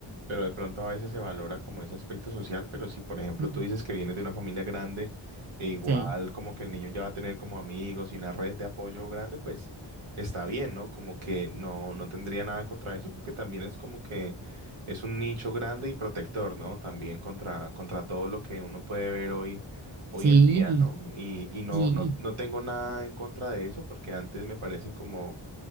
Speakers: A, on the right; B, on the right.
A: pero de pronto a veces se valora como ese aspecto social, pero si por ejemplo
B: Mm.
A: tú dices que vienes de una familia grande e igual
B: Sí,
A: como que el niño ya va a tener como amigos y una red de apoyo grande, pues está bien, ¿no? Como que no, no tendría nada contra eso, porque también es como que es un nicho grande y protector, ¿no? También contra, contra todo lo que uno puede ver hoy hoy
B: sí,
A: en día, ¿no? Y, y no,
B: sí,
A: no, no tengo nada en contra de eso porque antes me parece como